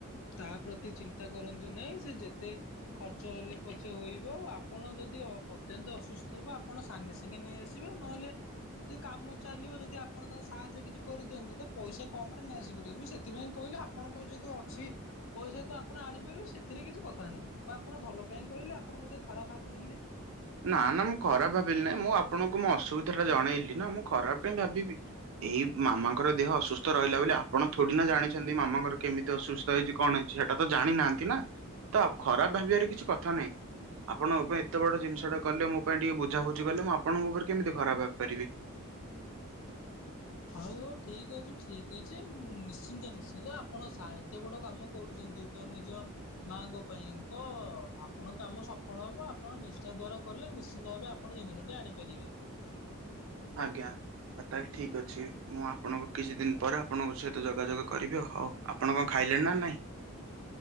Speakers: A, on the left; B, on the right.
A: ତା ପ୍ରତି ଚିନ୍ତା କରନ୍ତୁ ନାହିଁ ସେ ଯେ ତେ ଖର୍ଚ୍ଚ ହେଲେ ପଛେ ହୋଇବ ଆପଣ ଯଦି ଅତ୍ୟନ୍ତ ଅସୁସ୍ଥ ହେବ ଆପଣ ସାଙ୍ଗେ ସାଙ୍ଗେ ନେଇ ଆସ ନହେଲେ ଯଦି କାମ ଚାଲିବ ଯଦି ଆପଣ ତାଙ୍କୁ ସାହାଯ୍ୟ କିଛି କରିଦିଅନ୍ତୁ ତ ପଇସା କମ୍ରରେ ନେଇଆସିପା ରିବେ ମୁଁ ସେଥିପାଇଁ କହିଲି ଆପଣଙ୍କ ପାଖେ ଯଦି ଅଛି ପଇସା ତ ଆପଣ ଆଣିପାରିବେ ସେଥିରେ କିଛି କଥା ନାହିଁ ବା ଆପଣ ଭଲ ପାଇଁ କହିଲେ ଆପଣ ବୋଧେ ଖରାପ ଭାବୁଛନ୍ତି।
B: ନା ନା ମୁଁ ଖରାପ ଭାବିଲି ନାହିଁ ମୁଁ ଆପଣଙ୍କୁ ମୁଁ ଅସୁବିଧା ଟା ଜଣେଇଲି ନା ମୁଁ ଖରାପ କାଇଁ ଭାବିବି। ଏଇ ମାମାଙ୍କର ଦେହ ଅସୁସ୍ଥ ରହିଲା ବୋଲି ଆପ ଆପଣ ଥୋଡି ନା ଜାଣିଛନ୍ତି ମାମାଙ୍କର କେମିତି ଅସୁସ୍ଥ ହେଇଛି କଣ ହେଇଛି ସେଟା ତ ଜାଣିନାହାନ୍ତି ନା? ତ ଖରାପ ଭାବିବାରେ କିଛି କଥା ନାଇଁ ଆପଣ ମୋ ପାଇଁ ଏତେ ବଡ ଜି ଷଟା କଲେ ମୋ ପାଇଁ ଟିକେ ବୁଝା ବୁଝି କଲେ ମୁଁ ଆପଣଙ୍କ ଉପରେ କେମିତି ଖରାପ ଭାବି ପାରିବି।
A: ହଉ ଠିକ୍ ଅଛି ଠିକ ଅଛି ନିଶ୍ଚିନ୍ତ ନିଶ୍ଚିନ୍ତ ଆପଣ ସା ଏତେ ବଡ଼ କାମ କରୁଛନ୍ତି ତ ନିଜ ମାଙ୍କ ପାଇଁ ତ ଆପଣଙ୍କ କାମ ସଫଳ ହବ ଆପଣ ନିଶ୍ଚ ଦ୍ଵାର କଲେ ନିଶ୍ଚିନ୍ତ ଭାବେ ଆପ ଆପଣ ଜିନିଷଟି ଆଣିପାରିବେ।
B: ଆଜ୍ଞା। ଆଉ ତାହେଲେ ଠିକ ଅଛି ମୁଁ ଆପଣଙ୍କୁ କିଛି ଦିନ ପରେ ଆପଣଙ୍କ ସହିତ ଯୋଗାଯୋଗ କରିବି ହଉଆପ ଆପଣକଣ ଖାଇଲେଣି ନା ନାଇଁ?